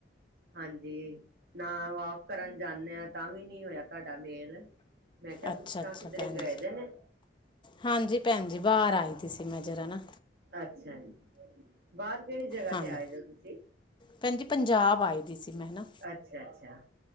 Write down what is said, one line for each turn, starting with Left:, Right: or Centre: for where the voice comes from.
Right: ਹਾਂਜੀ, ਨਾ ਵਾਕ ਕਰਨ ਜਾਂਦੇ ਹਾਂ ਤਾਂ ਵੀ ਨੀ ਹੋਇਆ ਤੁਹਾਡਾ ਮੇਲ। ਮੈਂ ਕੇਯਾ
Left: ਅੱਛਾ
Right: ਪੁੱਛਾਂ
Left: ਅੱਛਾ
Right: ਕਿੱਧਰੇ
Left: ਭੈਣ
Right: ਗਏ
Left: ਜੀ
Right: ਦੇ ਨੇ?
Left: ਹਾਂਜੀ ਭੈਣ ਜੀ ਬਾਹਰ ਆਈ ਦੀ ਸੀ, ਮੈਂ ਜਰਾ ਨਾ
Right: ਅੱਛਾ ਜੀ, ਬਾਹਰ ਕਿਹੜੀ ਜਗ੍ਹਾ
Left: ਹਾਂਜੀ
Right: ਤੇ ਆਏ ਦੇ ਹੋ ਤੁਸੀਂ?
Left: ਭੈਣ ਜੀ ਪੰਜਾਬ ਆਏ ਦੀ ਸੀ ਮੈਂ ਨਾ,
Right: ਅੱਛਾ-ਅੱਛਾ,